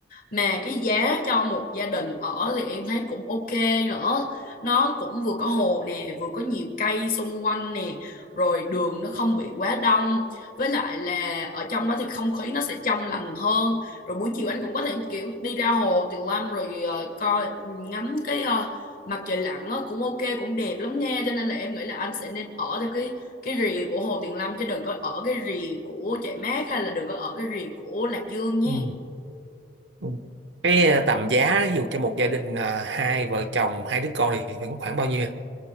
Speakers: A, on the left (about 50°); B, on the right (about 80°).
A: mà cái giá cho một gia đình ở thì em thấy cũng ok nữa nó cũng vừa có hồ nè vừa có nhiều cây xung quanh nè rồi đường nó không bị quá đông với lại là ở trong đó thì không khí nó sẽ trong lành hơn rồi buổi chiều anh cũng có thể kiểu đi ra hồ Tuyền Lâm rồi ờ, coi ngắm cái ờ, mặt trời lặn á, cũng ok cũng đẹp lắm nha cho nên là em nghĩ là anh sẽ nên ở theo cái cái rìa của Hồ Tuyền Lâm chứ đừng có ở cái rìa của Trại Mát hay là đừng có ở cái rìa của Lạc Dương nha
B: Ừ. ừ. Cái ờ, tầm giá ví dụ cho một gia đình ờ, hai vợ chồng hai đứa con thì khoảng khoảng bao nhiêu?